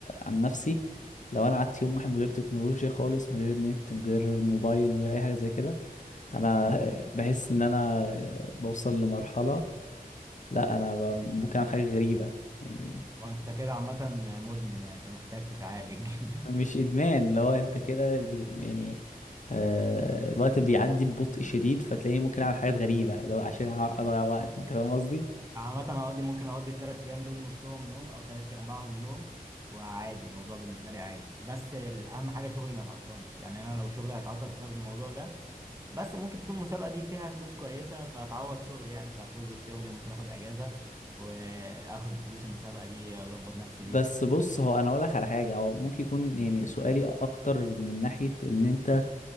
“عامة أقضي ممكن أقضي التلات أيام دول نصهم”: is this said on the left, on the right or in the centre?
Right